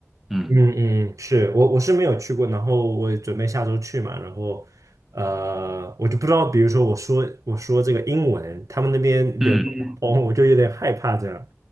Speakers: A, in the centre; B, on the right (about 80°).
A: 嗯
B: 嗯嗯，是我我是没有去过，然后我也准备下周去嘛，然后呃，我就不知道，比如说我说我说这个英文，他们那边流哦，
A: 嗯。嗯嗯
B: <laughs> 我就有点害怕这样，